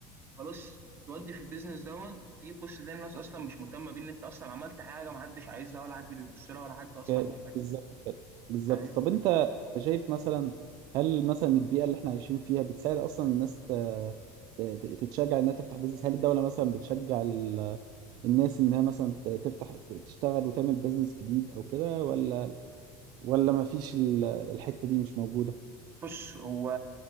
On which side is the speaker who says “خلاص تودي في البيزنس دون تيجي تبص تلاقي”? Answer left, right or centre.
Right